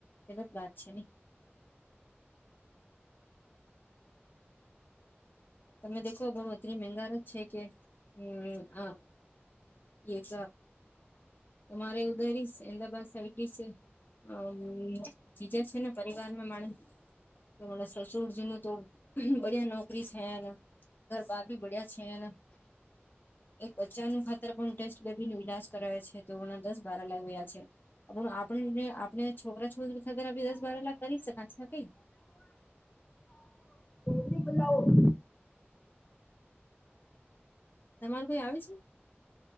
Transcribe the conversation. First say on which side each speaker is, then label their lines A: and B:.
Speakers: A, on the left (about 50°); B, on the left (about 25°).
A: ગલત બાત છે ને. તમે દેખો ઘણું એટલી મેઘર જ છે કે હમ આ એક તમારે ઉધરી શે અમદાબાદ સાઈડ બી શે? અમ બીજા છે ને પરિવારમાં માણસ હણા સરસુડજી નું તો બડિયા નોકરી છે એને ઘરબાર બી બડીયા છે ન એક બચ્ચાનું ખાતર પણ ટેસ્ટ બેબી નું ઈલાજ કરાવે છે તેઓના દસ બાર લાખ વયા છે. આપણને આપણે છોકરા છોકરી ખગરી દસ બાર લાખ કરી શક છે ક?
B: ક <inaudible> બલાઓ <inaudible>
A: તમારું કોઈ આવી છે?